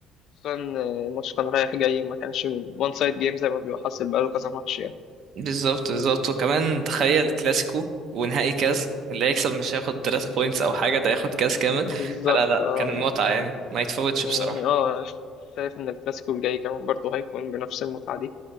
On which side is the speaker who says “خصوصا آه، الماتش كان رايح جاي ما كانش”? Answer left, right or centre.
Left